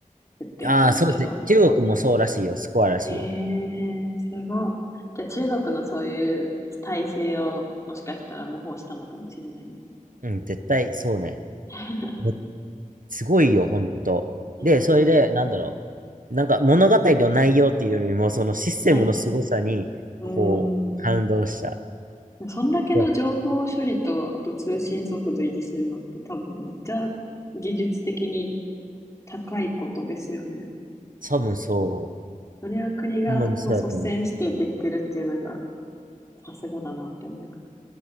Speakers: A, on the left; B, on the right.
A: 設定なんですけど。
B: ああ、そうですね。中国もそうらしいよ。スコアらしいよ。
A: えー、すごい。じゃあ中国のそういう体制をもしかしたら模倣したのかもしれないですね。
B: うん、絶対そうね。
A: <laughs>
B: めすごいよ、ほんと。
A: えー、
B: で、それで、なんだろう。なんか物語の内容っていうよりも、そのシステムの凄さに、
A: はい。うー
B: こう、
A: ん。
B: 感動した。
A: そんだけの情報処理と、
B: で、
A: あと通信速度維持するのって多分めっちゃ技術的に高いことですよね。
B: 多分そう。
A: それを国がこう率先してできてるっていうのが、
B: ほんまにそうだと思
A: さすがだなって思います。